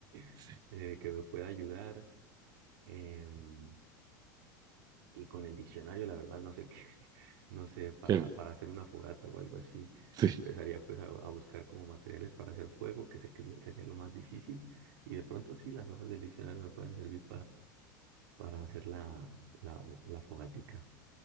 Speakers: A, on the right (about 75°); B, on the right (about 35°).
A: <laughs>
B: sí,
A: eh, que me pueda ayudar. em, y con el diccionario, la verdad, no sé qué, <laughs> no sé, para,
B: ¿qué haría?
A: para hacer una fogata o algo así,
B: Sí,
A: empezaría pues a, a buscar como materiales para hacer fuego, que sé que es lo- sería lo más difícil. Y de pronto sí, las hojas del diccionario me pueden servir para hacer la, la, la fogatica.